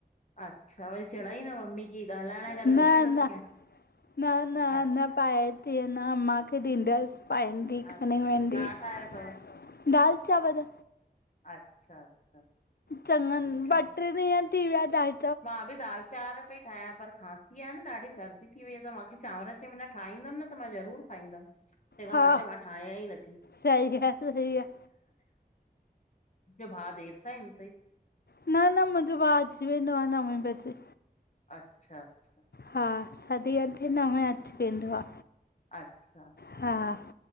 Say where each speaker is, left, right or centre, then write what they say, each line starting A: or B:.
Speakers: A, on the left (about 45°); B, on the left (about 70°).
A: अच्छा, वरी चढ़ाई न मम्मी की ॻाल्हाइण जे करे
B: न
A: रोटी नथी
B: न
A: खाए।
B: न न
A: अच्छा,
B: न, पाए थी अञा, मांखे ॾींदसि पाए <unintelligible>
A: अच्छा छा ठाहियो तव?
B: दाल चांवर
A: अच्छा, अच्छा
B: चङनि,
A: सुठो।
B: ॿ ट्रे ॾींहं थी विया ठाहे
A: मां बि दाल चांवर पई ठाहियां पर खां इअं आ न ॾाढी सर्दी थी वई आ, त मांखे चांवरनि कंहिं महिल ठाहींदमि न, त मां ज़रुर खाईंदमि। तंहिंखां
B: हा
A: मां चयो, मां ठाहियां ई नथी
B: सही आहे सही आहे
A: ॿियो भाउ देर ताईं ईंदों तई?
B: न न, मुंहिंजो भाउ अची वेंदो आहे नवे बजे।
A: अच्छा अच्छा
B: हा, साढी अठे नवें अची वेंदो आ।
A: अच्छा
B: हा,